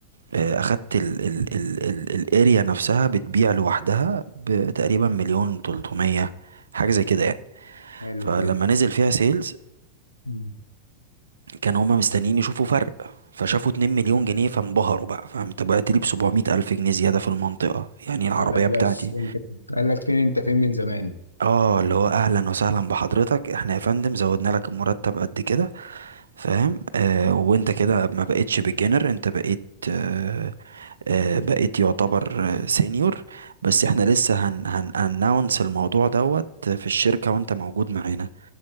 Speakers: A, on the right; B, on the left.
A: آه، اخدت ال ال ال ال الاريا نفسها بتبيع لوحدها بتقريبا مليون تلتمية حاجة زي كده يعني
B: حلو
A: فلما
B: جدا
A: نزل فيها سيلز
B: مم.
A: كان هما مستنيين يشوفوا فرق فشافوا 2 مليون جنيه فانبهروا بقى فانت بعت لي ب 700 الف جنيه زيادة في المنطقة يعني العربية
B: قال لك بس
A: بتاعتي
B: انت قال لك فين انت فين من زمان
A: اه اللي هو اهلا وسهلا بحضرتك احنا يا فندم زودنا لك المرتب قد كده فاهم آه وانت
B: مم.
A: كده ما بقتش بالجنر انت بقيت آه، آه، بقيت يعتبر آه، سينيور بس احنا لسه هن هن اناونس الموضوع دوت في الشركة وانت موجود معانا